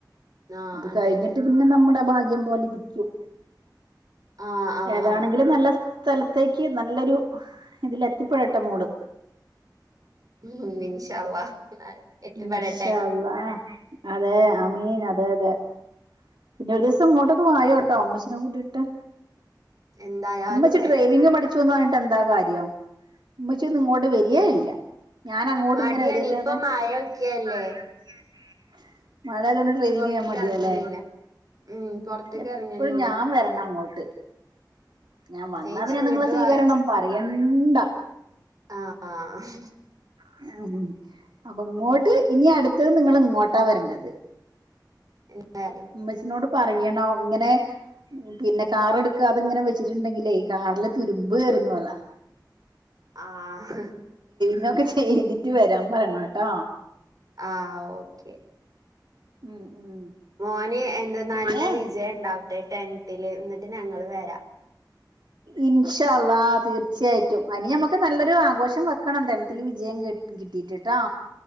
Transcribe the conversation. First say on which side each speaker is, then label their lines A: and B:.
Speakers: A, on the right; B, on the right.
A: ആഹ്
B: അത്
A: അതെ
B: കഴിഞ്ഞിട്ട്
A: അതെ
B: പിന്നെ നമ്മുടെ <unintelligible> പോലെ ഇരിക്കും
A: ആഹ് ആഹ്
B: ഏതാണെങ്കിലും
A: ആഹ്
B: നല്ല സ്ഥലത്തേക്ക് നല്ലൊരു ഇതില എത്തിപ്പെടട്ടെ മോള്
A: ഉം ഇൻഷ അള്ളാ എത്തിപ്പെടട്ടെ
B: ഇഷാ അള്ള അതെ അമീൻ അതെ അതെ പിന്നെ ഒരു ദിവസം ഇങ്ങോട്ടൊക്കെ വായോട്ടോ അമ്മച്ചീനെ കൂട്ടീയിട്ട്
A: എന്തായാലും
B: ഉമ്മച്ചി
A: വരും
B: ഡ്രൈവിങ് പടി ച്ചുന്ന് പറഞ്ഞിട്ട് എന്താ കാര്യം ഉമ്മച്ചി ഒന്ന്ഇങ്ങോട്ട് വരിയേ ഇല്ല ഞാാന അങ്ങോട്ട്
A: മടിയാണ്
B: ഇങ്ങനെ വരില്ലന്ന്
A: ഇപ്പൊ മഴൊക്കെയല്ലേ
B: <inaudible> മഴഅയതൊണ്ട് ട്രെയിനിങ്
A: പൊറത്ത്ക്ക്
B: <inaudible> പോകൻ മടിയാല്ലേ
A: എറങ്ങലില്ല ഉം പുൊറത്തേക്ക്
B: എപ്പോഴും
A: ഇറങ്ങാലില്ല
B: ഞാൻ വരണം അങ്ങോട്ട് ഞാൻ വന്ന
A: ചേച്ചി
B: പിന്നെ
A: ഇങ്ങട്ടും
B: <inaudible> നിങ്ങളെ സ്വീകരണം പറയണ്ട
A: ആ ആ ആഹ
B: <unintelligible> അപ്പൊ ഇങ്ങോട്ട് ഇനി അടുത്തത് നിങ്ങൾ ഇങ്ങോട്ടാ വരേണ്ടത്
A: എന്തായാലും
B: ഉമ്മച്ചിനോട് പറയണോ ഇങ്ങനെ പിന്നെ കാർ എടുക്ക അതിങ്ങനെ <unintelligible> <unintelligible> ണ്ടെങ്കിലേ ഈ കാറിലെ തുരുമ്പ് കേറുന്നു പറ
A: ആഹ
B: ഇതൊക്കെ ചെയ്തിട്ട് വരാൻ പറയണംട്ടോ
A: ആഹ ഓക്കെ
B: ഉം ഉം
A: മോന് എന്താ നല്ല
B: പിന്നെ
A: വിജയം ഉണ്ടാവട്ടെ ടെൻതിൽ എന്നിട്ട് ഞങ്ങള് വരാ,
B: ഇൻഷാ അഹ തീർച്ചയായിട്ടും അനി നമ്മുക്ക് നല്ലൊരു ആഘോഷം വെക്കണം ടെനതിൽ വിജയം കേട്ട കിട്ടിട്ടട്ടാ